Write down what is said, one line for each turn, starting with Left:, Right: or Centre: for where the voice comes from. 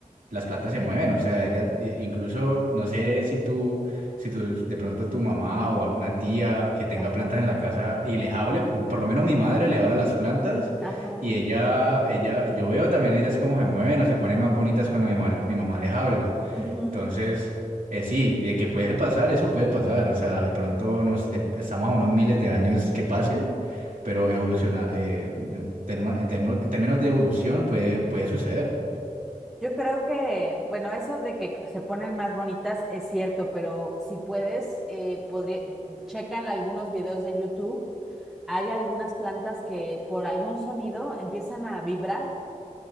Right: las plantas se mueven, o sea, ella eh, incluso no sé si tú, si tú de pronto tu mamá o alguna tía que tenga
Centre: ajá,
Right: plantas en la casa y les hable, por lo menos mi madre le habla a las plantas
Centre: ajá.
Right: y ella, ella, yo veo también ellas cómo se mueven o se ponen más bonitas cuando mi, mal- mi mamá les habla.
Centre: ujú.
Right: Entonces, eh, sí, eh, que puede pasar, eso puede pasar, o sea, de pronto nos, de- estamos a unos miles de años que pase. Pero evoluciona, eh, en, termo- en termo- en términos de evolución puede, puede suceder.
Centre: Yo creo que, bueno, eso de que se ponen más bonitas es cierto, pero si puedes, eh, podría, checa en algunos videos de YouTube, hay algunas plantas que por algún sonido empiezan a vibrar